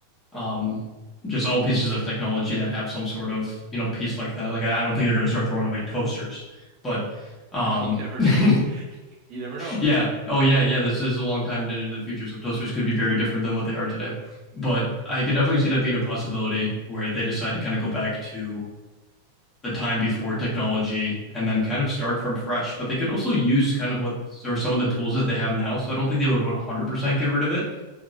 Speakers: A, on the left; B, on the right.
A: Um,
B: Right. <laughs>
A: just all pieces of technology that have some sort of, you know, piece like that. Like I, I don't think they're going to start throwing away toasters, but um,
B: You never
A: <laughs>
B: know. <laughs> You never know.
A: yeah. Oh yeah, yeah. This is a long time into the future, so toasters could be very different than what they are today. But I could definitely see that being a possibility where they decide to kind of go back to the time before technology and then kind of start from fresh. But they could also use kind of what or some of the tools that they have now. So I don't think they would 100% get rid of it,